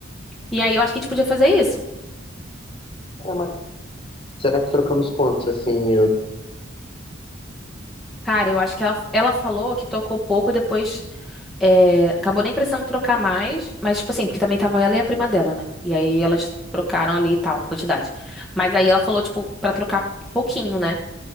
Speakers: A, in the centre; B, on the left.
A: E aí eu acho que a gente podia fazer isso.
B: É, mas será que trocamos quantos assim em euro?
A: Cara, eu acho que ela, ela falou que tocou pouco depois. É, acabou nem precisando trocar mais, mas, tipo assim, porque também tava ela e a prima dela, né? E aí elas trocaram ali e tal, quantidade. Mas aí ela falou, tipo, pra trocar pouquinho, né?